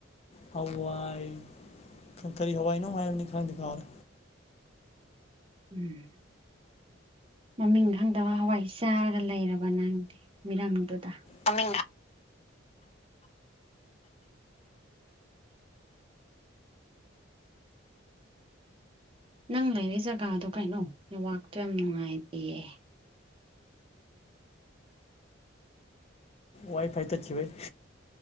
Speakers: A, on the left (about 30°); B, on the right (about 25°).
A: ꯍꯋꯥꯏ ꯈꯪ ꯀꯔꯤ ꯍꯋꯥꯏ ꯅꯣ ꯃꯥ ꯍꯥꯏꯕꯅꯤ ꯈꯪꯗꯦ ꯈꯥꯎꯔꯦ
B: ꯎꯝ ꯃꯃꯤꯡ ꯈꯪꯗꯕ ꯍꯋꯥꯏ ꯆꯥꯔꯒ ꯂꯩꯔꯕ ꯅꯪꯗꯤ ꯃꯤꯔꯝꯗꯨꯗ
A: ꯃꯃꯤꯡ
B: ꯅꯪ ꯂꯩꯔꯤ ꯖꯒꯥꯗꯣ ꯀꯩꯅꯣ ꯅꯦꯠꯋꯥꯛꯇꯨ ꯌꯥꯝ ꯅꯨꯡꯉꯥꯏꯇꯦꯌꯦ
A: ꯋꯥꯏ ꯐꯥꯏ ꯇꯠꯈꯤꯕꯩ